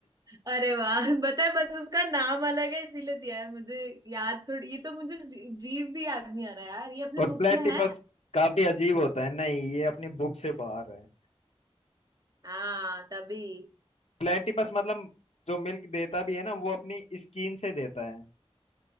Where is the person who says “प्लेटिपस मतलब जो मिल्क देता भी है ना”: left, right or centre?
Left